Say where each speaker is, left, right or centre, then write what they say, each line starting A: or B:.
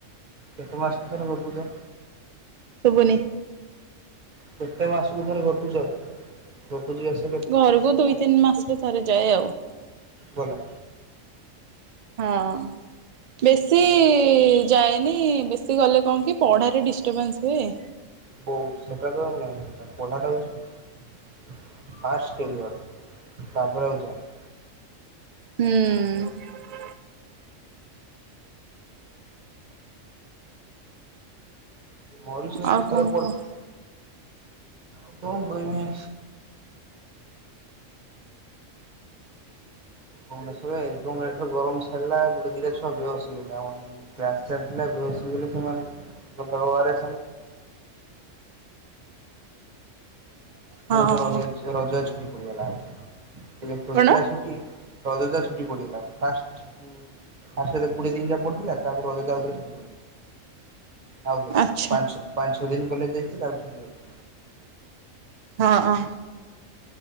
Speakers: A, on the right; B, on the right.
A: କେତେ ମାସ କୁ ଥରେ ‌ଘରକୁ‌ ଯାଅ?
B: ଶୁବୁନି।
A: କେତେ ମାସକୁ ଥରେ ଘରକୁ ଯାଅ ଘରକୁ ଯିବା ଆସ
B: ଘରକୁ ଦୁଇ ତିନି ମାସରେ ଥରେ ଯାଏ ଆଉ।
A: ଭଲ।
B: ହଁ। ବେଶୀ ଯାଏନି ବେଶୀ ଗଲେ କଣ କି ପଢ଼ାରେ ଡିଷ୍ଟର୍ବାନ୍ସ ହୁଏ।
A: ବହୁତ ସେଟା ତ ମେନ୍ କଥା ପଢ଼ାଟାହଉଛି ପାଷ୍ଟ <unintelligible> ତାପରେ ଆଉ ଯାହା
B: ହୁଁ। ହୁଁ।
A: <unintelligible>
B: ଆଉ କଣ କୁହ
A: ଆଉ କଣ କହିମି? ଭୁବନେଶ୍ୱରରେ ଏଗମ ରେଟର ଗରମ ଛାଡ଼ିଲା ଗୋଟେ ଦିଟା ଛୁଆ ବେହୋସ୍ ହୋଇଗଲା ଆମ ଟାସ୍କ ଚଲିଥିଲା ବସ ବୋଲି ସେମାନଙ୍କୁ <unintelligible> ମୋର
B: ହଁ।
A: ଥରେ ରଜରେ ଛୁଟି ପଡ଼ିଗଲା ଆହୁରି ଖୋଲିଥିଲା
B: କଣ?
A: ଛୁଟି ରଜଟା ଛୁଟି ପଡ଼ିଗଲା ଫାଷ୍ଟ କୁ ଫାଷ୍ଟ କୋଡ଼ିଏ ଦିନ ଯାଏ ପଡ଼ିଥିଲା ତାପରେ ରଜ <unintelligible> ଆଉ ଥରେ
B: ଆଚ୍ଛା
A: ପାଞ୍ଚ ପାଞ୍ଚ ଛ ଦିନ କଲେଜ ଯାଇଛି ତାପରେ ଛୁଟି <unintelligible>
B: ହଁ ହ